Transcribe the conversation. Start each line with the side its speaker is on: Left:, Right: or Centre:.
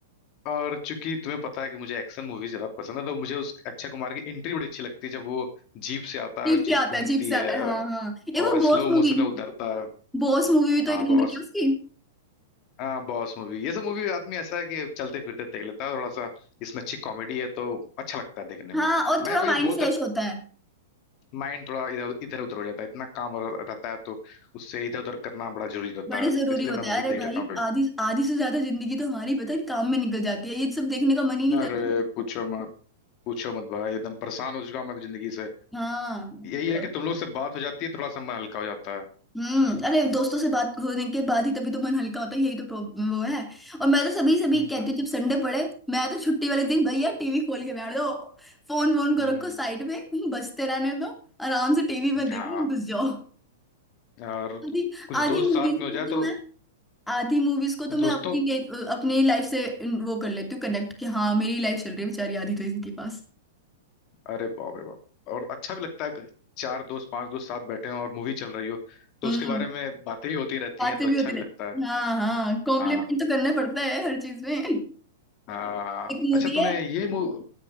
Left: और चूंकि तुम्हें पता है कि मुझे एक्शन मूवीज ज्यादा पसंद है तो मुझे उस अक्षय कुमार की एंट्री बड़ी अच्छी लगती है जब वो जीप से आता
Centre: जीप
Left: है जीप
Centre: से आता
Left: घूमती
Centre: है जीप से
Left: है
Centre: आता है हाँ हाँ एक
Left: और
Centre: वो बॉस
Left: स्लो मोशन
Centre: मूवी
Left: में उतरता है
Centre: बॉस मूवी भी तो
Left: हाँ
Centre: एक
Left: बहुत
Centre: नंबर की है उसकी
Left: हाँ बॉस मूवी ये सब मूवी रात में ऐसा है कि चलते फिरते देख लेता है थोड़ा सा इसमें अच्छी कॉमेडी है तो अच्छा लगता है देखने
Centre: हाँ
Left: में
Centre: और
Left: मैं
Centre: थोड़ा
Left: कोई
Centre: माइंड
Left: बहुत
Centre: फ्रेश होता है
Left: माइंड थोड़ा इधर इधर उधर हो जाता है इतना काम हो रह- रहता है तो उससे इधर उधर करना बड़ा जरूरी रहता
Centre: बड़े
Left: है तो
Centre: जरूरी
Left: इसलिए
Centre: होता
Left: मैं मूवी
Centre: है अरे
Left: देख
Centre: भाई
Left: लेता हूँ कभी
Centre: आधी आधी से ज्यादा जिंदगी तो हमारी पता है काम में निकल जाती है ये सब देखने का मन ही नहीं
Left: अरे
Centre: करता
Left: पूछो मत पूछो मत भाई एकदम परेशान हो चुका हूं मैं जिंदगी से
Centre: हाँ
Left: यही है
Centre: तब-
Left: कि तुम लोग से बात हो जाती है थोड़ा सा मन हल्का हो जाता है
Centre: हम्म अरे दोस्तों से बात होने के बाद ही तभी तो मन हल्का होता है यही तो प्रॉब्लम वो है और मैं तो सभी सभी
Left: हम्म
Centre: कहती हूँ जब संडे पड़े मैं तो छुट्टी वाले दिन भैया टीवी खोल के बैठ दो फोन वोन को
Left: हम्म
Centre: रखो साइड में बजते रहने दो आराम से टीवी में देखो
Left: हाँ
Centre: घुस जाओ
Left: और
Centre: आधी
Left: कुछ
Centre: आधी
Left: दोस्त
Centre: मूवीज
Left: साथ में हो जाए
Centre: तो
Left: तो
Centre: मैं आधी मूवीज को तो
Left: दोस्तों
Centre: मैं अपनी ले- अपनी लाइफ से वो कर लेती हूँ कनेक्ट कि हाँ मेरी लाइफ चल रही है बेचारी आधी तो इनके पास
Left: अरे बाप रे बाप और अच्छा भी लगता है अगर चार दोस्त पांच दोस्त साथ बैठे हैं और मूवी चल रही हो तो
Centre: हम्म
Left: उसके बारे में बातें ही होती रहती
Centre: बातें
Left: हैं तो
Centre: भी
Left: अच्छा
Centre: होती
Left: भी
Centre: रहती
Left: लगता है
Centre: हाँ हाँ कॉम्प्लीमेंट
Left: हाँ
Centre: तो करना पड़ता है हर चीज में एक
Left: हाँ
Centre: मूवी
Left: अच्छा तूने
Centre: है
Left: ये मू-